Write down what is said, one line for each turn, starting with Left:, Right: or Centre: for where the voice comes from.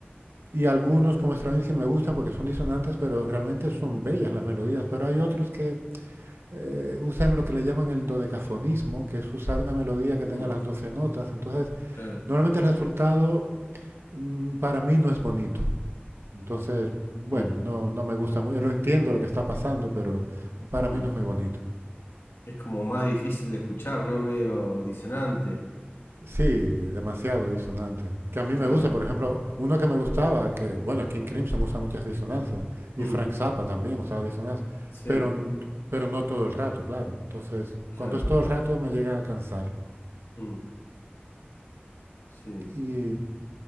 Right: Y algunos como Stravinsky me gustan porque son disonantes, pero realmente son bellas las melodías. Pero hay otros que eh, usan lo que le llaman el dodecafonismo, que es usar una melodía que tenga
Left: mm,
Right: las 12 notas. Entonces,
Left: claro.
Right: normalmente el resultado mm, para mí no es bonito. Entonces, bueno,
Left: mm,
Right: no, no me gusta muy, lo entiendo lo que está pasando, pero para
Left: mm.
Right: mí no es muy bonito.
Left: Es como más difícil de escuchar, ¿no? Medio disonante.
Right: Sí, demasiado disonante. Que a mí
Left: Claro.
Right: me gusta, por ejemplo, uno que me gustaba, que, bueno, King Crimson usa muchas disonancias, y
Left: mm,
Right: Frank Zappa también usaba disonancias,
Left: sí,
Right: pero, n- pero no todo el rato, claro. Entonces,
Left: claro.
Right: cuando es todo el rato me llega a cansar.
Left: mm, sí.
Right: Y,